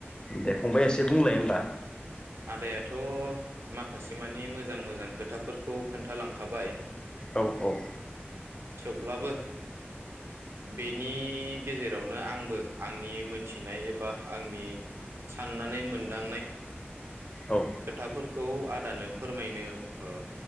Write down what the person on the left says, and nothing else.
दे फंबाइ एसे बुंलाय होमबा।
औ औ।
औ